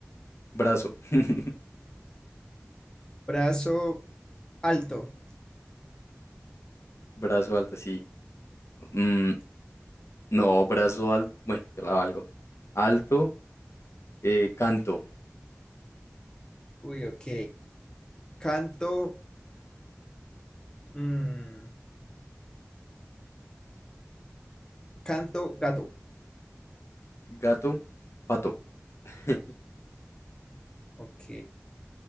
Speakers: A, on the left; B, on the left.
A: brazo. <laughs>
B: Brazo alto.
A: Brazo alto, sí. Mm, no, brazo alto. Bueno, te la valgo. Alto, eh, canto.
B: Uy, ok. Canto. mm, canto gato.
A: Gato, pato. <laughs>
B: Ok.